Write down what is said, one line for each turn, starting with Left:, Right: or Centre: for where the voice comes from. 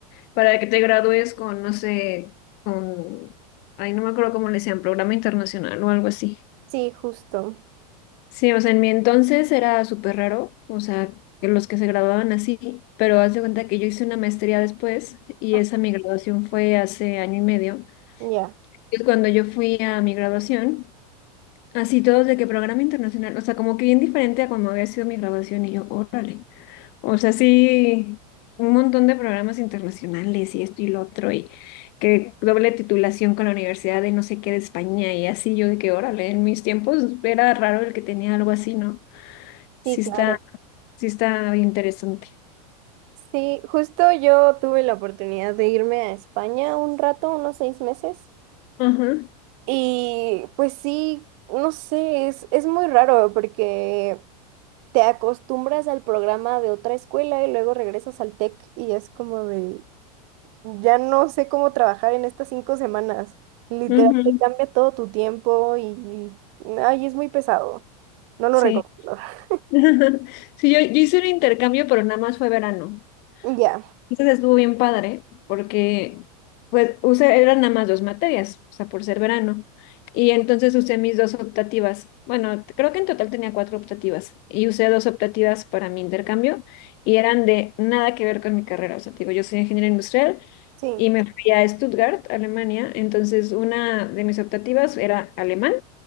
Left: para que te gradúes con, no sé, con, ay, no me acuerdo cómo le decían, programa internacional o algo así.
Right: Sí, justo.
Left: Sí, o sea, en mi entonces era súper raro, o sea, que los que se graduaban así, pero haz de cuenta que yo hice una maestría después y
Right: Ah,
Left: esa mi graduación fue hace año y medio.
Right: Ya,
Left: Y cuando yo fui a mi graduación, así todos de que programa internacional, o sea, como que bien diferente a cuando había sido mi graduación y yo, órale, o sea, sí, un montón de programas internacionales y esto y lo otro y que doble titulación con la Universidad de no sé qué de España y así yo de que, órale, en mis tiempos era raro el que tenía algo así, ¿no?
Right: Sí,
Left: Sí
Right: claro.
Left: está, sí está interesante.
Right: Sí, justo yo tuve la oportunidad de irme a España un rato, unos seis meses.
Left: Ajá,
Right: Y pues sí, no sé, es, es muy raro porque te acostumbras al programa de otra escuela y luego regresas al TEC y es como de, ya no sé cómo trabajar en estas cinco semanas. Literal,
Left: ujú,
Right: te cambia todo tu tiempo y, y- ay, es muy pesado. No lo
Left: sí.
Right: recomiendo. <laughs>
Left: <laughs> Sí, yo, yo hice un intercambio, pero nada más fue verano.
Right: Ya,
Left: Entonces estuvo bien padre, porque pues usé, eran nada más dos materias, o sea, por ser verano. Y entonces usé mis dos optativas. Bueno, creo que en total tenía cuatro optativas. Y usé dos optativas para mi intercambio y eran de nada que ver con mi carrera. O sea, te digo, yo soy ingeniero industrial
Right: sí.
Left: y me fui a Stuttgart, Alemania. Entonces, una de mis optativas era alemán